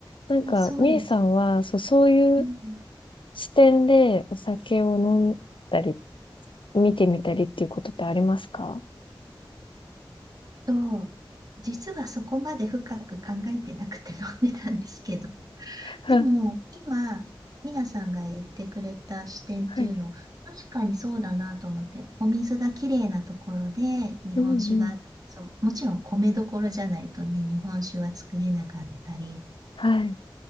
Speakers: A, on the left (about 75°); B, on the right (about 45°).
A: なんか、
B: えそうです。
A: みえさんは、そう、そういう
B: うん
A: 視点でお酒を飲んだり、見てみたりっていうことってありますか
B: と、実はそこまで深く考えてなくて飲んでたんですけど、
A: はい、
B: でも今、ミナさんが言ってくれた視点っていうの、
A: はい、
B: 確かにそうだなと思って、お水がきれいなところで日本酒が、
A: うん、うん、
B: そう、もちろん米どころじゃないとね、日本酒は作れなかったり、
A: はい、